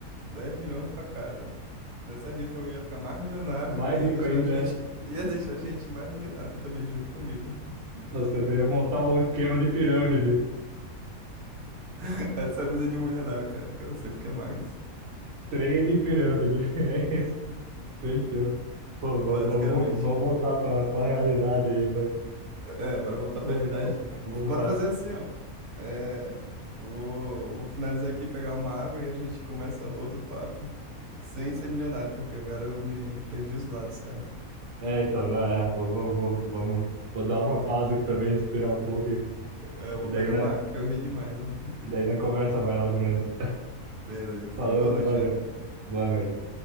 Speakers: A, on the right; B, on the right.
A: 10 milhões pra cada. Nessa rifa eu ia ficar mais milionário
B: Mais
A: e ia
B: rico
A: deixar
B: ainda.
A: a gente,
B: é.
A: <laughs> ia deixar a gente mais milionário também junto comigo.
B: Nossa, você ia montar um esquema de pirâmide.
A: <laughs> Essa é a vida de um milionário, cara. O cara sempre quer mais,
B: Trade pirâmide. <laughs> É isso. Fechou. Pô, vamos,
A: basicamente.
B: vamos, vol- vamos voltar pra, pra realidade aí, vai.
A: É, bora voltar
B: Vou-
A: pra realidade.
B: vou- vou-
A: Bora fazer assim, ó. É, eu vou, vou finalizar aqui, pegar uma água e a gente começa outro papo sem ser milionário, porque agora eu me perdi os lados, cara.
B: É, É, então, né? é, vamos, vamos, vamos, vamos- vou dar uma pausa aqui também, respirar um pouco. E,
A: É, Eu vou
B: e daí,
A: pegar
B: né?
A: uma água que eu ri demais, ó.
B: E daí na conversa mais logo menos. <laughs>
A: Beleza,
B: Falou,
A: então boa noite,
B: valeu.
A: hein?
B: Boa noite.